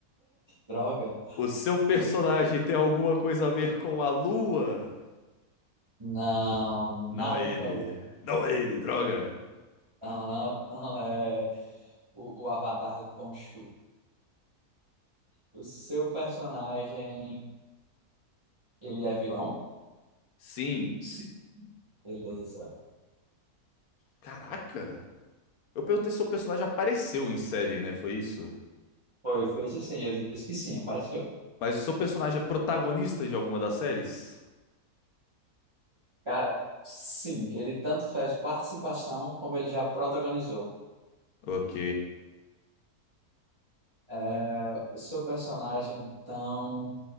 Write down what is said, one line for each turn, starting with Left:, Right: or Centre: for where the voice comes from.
Right: Droga.
Left: O seu personagem tem alguma coisa a ver com a Lua?
Right: Não,
Left: Não
Right: nada
Left: é
Right: a ver
Left: ele.
Right: com a lua.
Left: Não é ele, droga.
Right: Não, não, não é o, o Avatar do Khonshu. O seu personagem, ele é vilão?
Left: Sim.
Right: Sim. Beleza.
Left: Caraca. Eu perguntei se seu personagem apareceu em série, né? Foi isso?
Right: Foi, foi isso sim, eu disse que sim, apareceu.
Left: Mas o seu personagem é protagonista de alguma das séries?
Right: Cara, sim, ele tanto fez participação como ele já protagonizou.
Left: Ok.
Right: É, o seu personagem, então,